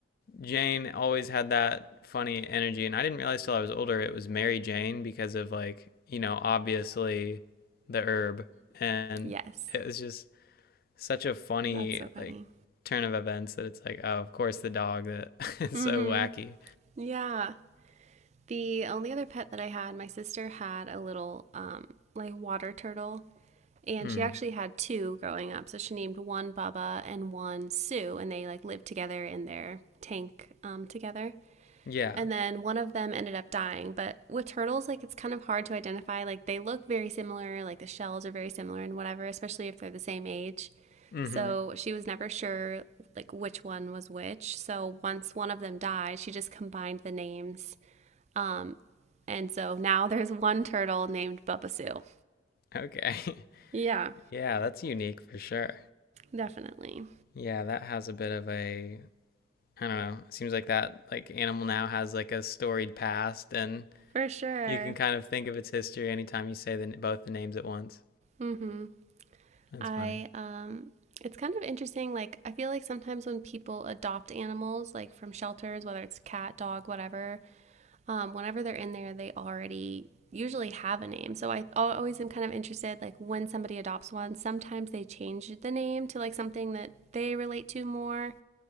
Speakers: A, on the left (about 50°); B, on the right (about 35°).
A: Jane always had that funny energy and I didn't realize till I was older it was Mary Jane because of like, you know, obviously the herb and
B: Yes.
A: it was just such a funny
B: That's so funny.
A: like turn of events that it's like, oh, of course the dog that is
B: Mm-hmm.
A: <laughs> so wacky.
B: Yeah. The only other pet that I had, my sister had a little um like water turtle and
A: Mm.
B: she actually had two growing up. So she named one Bubba and one Sue, and they like lived together in their tank um, together.
A: Yeah.
B: And then one of them ended up dying. But with turtles, like it's kind of hard to identify. Like they look very similar, like the shells are very similar and whatever, especially if they're the same age.
A: Mhm.
B: So she was never sure like which one was which. So once one of them died, she just combined the names. Um, and so now <laughs> there's one turtle named Bubba Sue.
A: Okay. <laughs>
B: Yeah,
A: yeah, that's unique for sure.
B: definitely.
A: Yeah, that has a bit of a I don't know. It seems like that like Animal Now has like a storied past, and
B: For sure.
A: you can kind of think of its history anytime you say the, both the names at once.
B: Mhm.
A: That's
B: I
A: funny.
B: um it's kind of interesting like I feel like sometimes when people adopt animals like from shelters whether it's cat, dog, whatever, um whenever they're in there they already usually have a name. So I always am kind of interested like when somebody adopts one, sometimes they change the name to like something that they relate to more